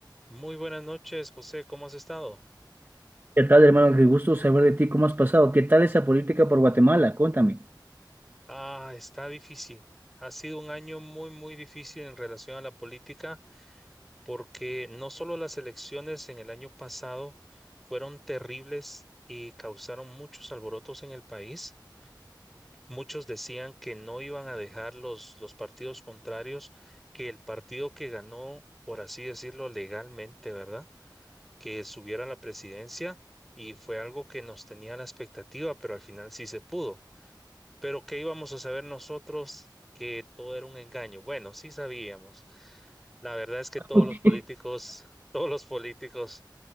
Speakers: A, in the centre; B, on the right (about 25°).
A: Muy buenas noches, José. ¿Cómo has estado?
B: ¿Qué tal, hermano? Qué gusto saber de ti, ¿cómo has pasado? ¿Qué tal esa política por Guatemala? Cuéntame.
A: Ah, está difícil. Ha sido un año muy, muy difícil en relación a la política porque no solo las elecciones en el año pasado fueron terribles y causaron muchos alborotos en el país. Muchos decían que no iban a dejar los, los partidos contrarios, que el partido que ganó, por así decirlo, legalmente, ¿verdad? Que subiera a la presidencia y fue algo que nos tenía la expectativa, pero al final sí se pudo. Pero ¿qué íbamos a saber nosotros que todo era un engaño? Bueno, sí sabíamos. La verdad es que todos
B: Ok.
A: los políticos, <laughs> todos los políticos